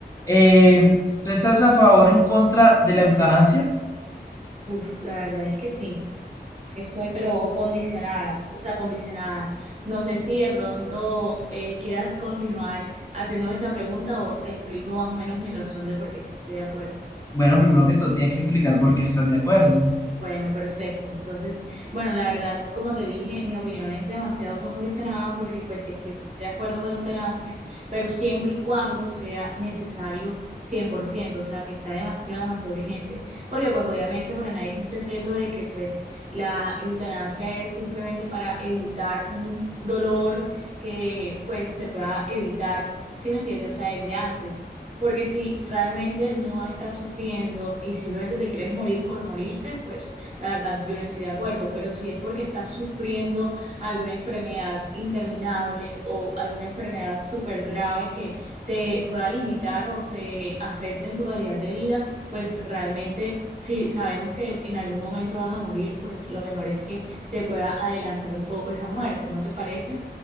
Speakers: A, on the left; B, on the right.
A: Eh, ¿tú estás a favor o en contra de la eutanasia?
B: Uf, la verdad es que sí. Sí estoy, pero condicionada, o sea, condicionada. No sé si de pronto eh, quieras continuar haciéndome esa pregunta o te explico más o menos mi razón de por qué sí estoy de acuerdo.
A: Bueno, primero que todo, tienes que explicar por qué estás de acuerdo.
B: Bueno, perfecto. Entonces, bueno, la verdad, como te dije, mi opinión es demasiado condicionada porque pues sí estoy de acuerdo con la eutanasia, pero siempre y cuando sea necesario cien por ciento o sea, que sea demasiado, demasiado urgente, porque pues obviamente para nadie es un secreto de que pues la eutanasia es simplemente para evitar un dolor que pues se pueda evitar, si me entiendes? O sea, desde antes. Porque si realmente no estás sufriendo y simplemente te quieres morir por morirte, pues la verdad yo no estoy de acuerdo. Pero si es porque estás sufriendo alguna enfermedad interminable o alguna enfermedad súper grave que te pueda limitar o te afecte en tu calidad de vida, pues realmente si sabemos que en algún momento vas a morir, pues lo mejor es que se pueda adelantar un poco esa muerte, ¿no te parece?